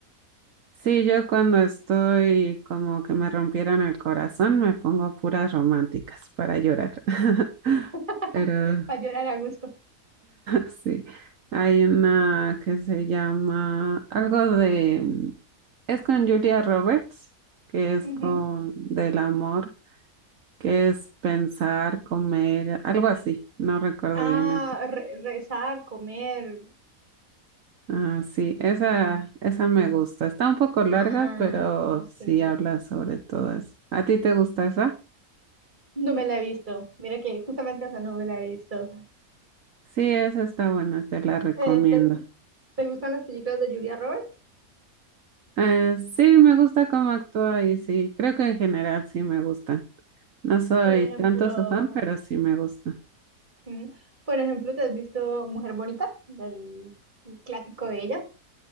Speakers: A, on the right (about 65°); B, on the right (about 30°).
A: Sí, yo cuando estoy como que me rompieron el corazón, me pongo puras románticas para llorar. <laughs>
B: <laughs>
A: Pero
B: para llorar a gusto.
A: Sí, hay una que se llama algo de, mm, es con Julia Roberts, que es con
B: Ujú.
A: del amor, que es pensar, comer, algo así, no recuerdo
B: Ah,
A: bien el título.
B: re- rezar, comer.
A: Ah, sí, esa, esa me gusta. Está un poco larga,
B: Ah,
A: pero sí
B: ok.
A: habla sobre todo eso. ¿A ti te gusta esa?
B: No me la he visto. Mira que justamente esa no me la he visto.
A: Sí, esa está buena, te la recomiendo.
B: Eh, te- ¿Te gustan las películas de Julia Roberts?
A: Eh, sí, me gusta cómo actúa y sí, creo que en general sí me gusta. No soy
B: Por ejemplo,
A: tanto su fan, pero sí me gusta.
B: mm, por ejemplo, ¿te has visto Mujer Bonita? Del el clásico de ella.